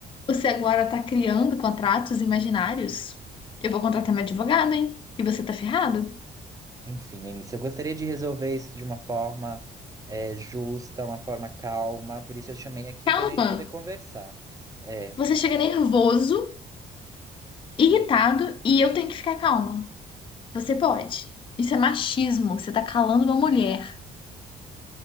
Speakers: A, on the left (about 30°); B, on the right (about 20°).
A: Você agora está criando contratos imaginários? Eu vou contratar meu advogado, hein? E você tá ferrado?
B: Enfim, Lenice, eu gostaria de resolver isso de uma forma é, justa, uma forma calma, por isso eu chamei aqui
A: Calma!
B: para a gente poder conversar. É,
A: Você chega nervoso, irritado e eu tenho que ficar calma. Você pode. Isso é machismo. Você tá calando uma mulher.